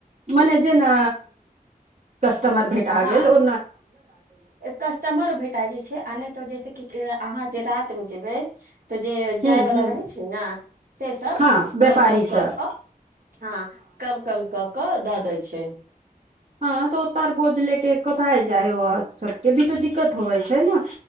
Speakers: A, on the right; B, on the right.
A: मने जेना कस्टमर भेटा
B: हँ
A: गेल ओ
B: कस्टमरो भेटा जाइ छै आ नै तऽ जैसे कि कि अहाँ जे रातिमे जेबै तऽ जे
A: हूँ
B: जाय
A: हूँ
B: बला रहै छै ने से सब
A: हँ व्यापारी
B: कम- कम
A: सब
B: कऽ, कऽ हँ कम - कम कऽ कऽ दऽ दै छै।
A: हँ तऽ ओतर बोझ ले के कतय जाइ सबके भी तऽ दिक्कत होवै छै ने।